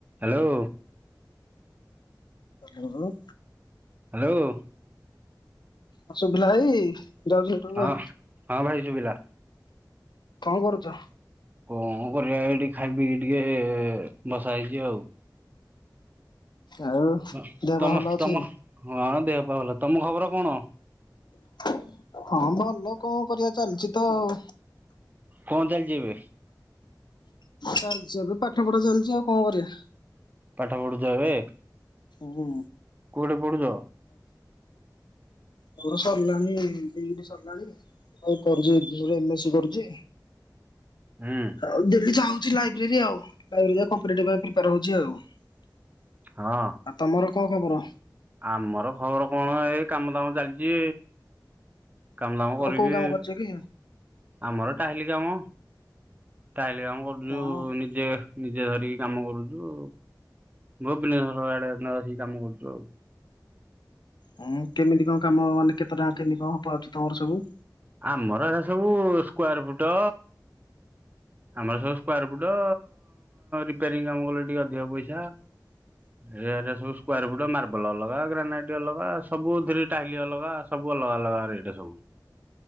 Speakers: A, on the right; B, on the left.
A: Hello.
B: ଉଁ ହୁଁ ହୁଁ।
A: ହାଲୋ।
B: ଆସୁଭିଲା ଭାଇ ଜଗତସିଂପୁରର।
A: ହଁ ହଁ ଭାଇ ଶୁଭିଲା।
B: କଣ କରୁଚ?
A: କଣ କରିବା ଏଇଠି ଖାଇ ପିଇିକି ଟିକେ ବସା ହେଇଚି ଆଉ।
B: ଆଉ
A: ଅ
B: ଦେହ ପା
A: ତମ
B: ଭଲ ଅଛି?
A: ତମ ହଁ ଦେହ ପା ଭଲ ତମ ଖବର କଣ?
B: <inaudible> ହଁ ଭଲ କଣ କରିବା ଚାଲିଚି ତ ଆଉ।
A: କଣ ତାହଲେ ଯିବି
B: ଚାଲିଛି ଏବେ ପାଠପଢା ଚାଲିଛି ଆଉ କଣ କରିବା?
A: ପାଠା ପଢୁଛ ଏବେ
B: ହୁଁ।
A: କୋଉଠି ପଢୁଛ?
B: ମୋର ସରିଲାଣି ଦି ଟା ସରିଲାଣି। କରୁଛି ଏମ ଏ ସି କରୁଛି
A: ହୁଁ
B: ଆଉ ଡେଲି ଯାଉ ଲାଇବ୍ରେରୀ ଆଊ କମ୍ପିଟେଟିଭ ପାଇଁ ପ୍ରିପେୟାର ହୋଉଛି ଆଊ।
A: ହଁ
B: କଣ ଖବର?
A: ଆମର ଖବର କଣ ଏଇ କାମ ଦାମ ଚାଲିଛି। କାମ ଧାମ
B: ତମେ
A: କରିକି
B: କୋଉ କାମ କରୁଛ କି?
A: ଆମର ଟାଇଲି କାମ ତାହେଲେ କାମ କରୁଛୁ
B: ହଁ
A: ନିଜେ ନିଜେ ଧରି କାମ କରୁଛୁ ଭୁବନେଶ୍ଵର ଆଡେ ନ ଆସିକି କାମ କରୁଛୁ ଆଉ।
B: ହୁଁ କେମିତି କଣ କାମ ମାନେ କେତେ ଟଙ୍କା କେମିତି କଣ ପାଉଛ ତମର ସବୁ
A: ଆମର ଏଟା ସବୁ ସ୍କାୟାର ଫୁଟ ଆମର ସବୁ ସ୍କାୟାର ଫୁଟ ରିପେୟାରିଂ କାମ କଲେ ଟିକେ ଅଧିକ ପଇସା
B: ହ
A: ଏରେ ସବୁ ସ୍କାୟାର ଫୁଟ ମାର ବଲ ଅଲଗା ଗ୍ରାନାଇଟ ଅଲଗା ସବୁଥିରେ ଟାଇଲି ଅଲଗା ସବୁ ଅଲଗା ଅଲଗା ରେଟ ସବୁ